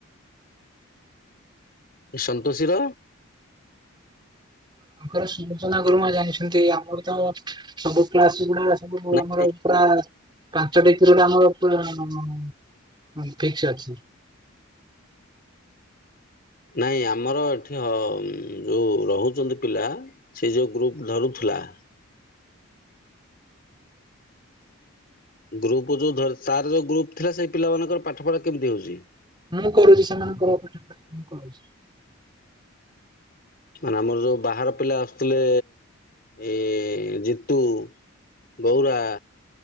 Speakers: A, on the left; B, on the right.
A: ସନ୍ତୋଷୀର।
B: ତାଙ୍କର ସୁଲୋଚନା ଗୁରୁମା ଜାଣିଛନ୍ତି ଆମର ତ ସବୁ କ୍ଳାସ ଗୁଡ଼ା ସବୁ
A: ନା
B: ଆମର ପୁରା ପାଞ୍ଚଟି କରୋଟ ଆମର ପୁରା ଫିକ୍ସ ଅଛି। <unintelligible>
A: ନାଇଁ ଆମର ଏଠି ଅ ଯୋଉ ରହୁଛନ୍ତି ପିଲା ସେ ଯୋଉ ଗ୍ରୁପ ଧରୁଥିଲା ଗ୍ରୁପ ଯୋଉ ଧ ତାର ଯୋଉ ଗ୍ରୁପ ଥିଲା ସେଇ ପିଲାମାନଙ୍କର ପାଠ ପଢା କେମିତି ହଉଛି।
B: ମୁଁ କରୁଛି ସେମାନଙ୍କ ର
A: ମାନେ ଆମର ଯୋଉ ବାହାର ପିଲା ଆସୁଥିଲେ ଏ ଜିତୁ ଗୌରା